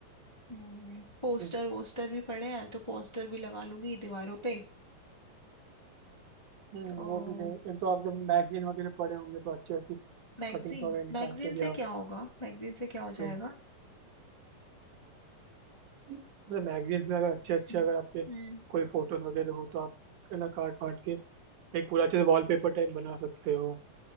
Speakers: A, on the left (about 25°); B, on the right (about 70°).
A: हम्म, पोस्टर
B: हम्म
A: वोस्टर भी पड़े हैं तो पोस्टर भी लगा लूंगी दीवारों पे
B: हम्म,
A: तो
B: वो भी है एक तो आपके मैगजीन वगैरह पड़े होंगे तो अच्छी अच्छी
A: मैगजीन
B: कटिंग्स वगैरह
A: मैगजीन
B: निकाल के भी
A: से
B: आप
A: क्या होगा मैगजीन से क्या हो
B: तो
A: जाएगा
B: मतलब मैगजीन में अगर अच्छे अच्छे
A: हम्म
B: अगर आपके
A: हम्म।
B: कोई फोटोज वगैरह हो तो आप है ना काट फाट के एक पूरा अच्छे से वॉलपेपर टाइप बना सकते हो